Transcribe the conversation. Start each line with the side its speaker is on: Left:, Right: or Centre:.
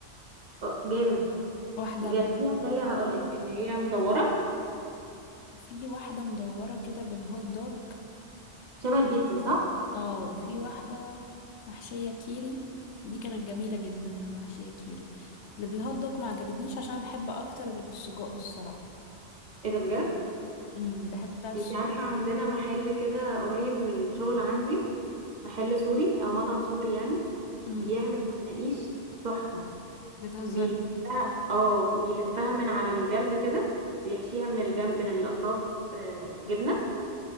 Right: اه جامد
Left: واحدة
Right: جربتيها
Left: بال
Right: اللي هي هقول لك اللي هي مدوره
Left: في واحدة مدورة كده بالهوت دوج
Right: شبه البيتزا صح
Left: اه وفي واحدة محشية كيري دي كانت جميلة جدا المحشية كيري اللي بالهوت دوج ما عجبتنيش عشان انا بحب اكتر اللي بالسجق الصراحة
Right: ايه ده بجد
Left: امم بحب بتاعة السجق
Right: انت عارفه عندنا
Left: جدا
Right: محل كده قريب من الشغل عندي محل سوري او مطعم سوري يعني
Left: امم
Right: بيعمل مناقيش تحفه
Left: بتهزري
Right: بيلفها اه بيلفها من على الجنب كده بيحشيها من الجنب من الاطراف اه، جبنه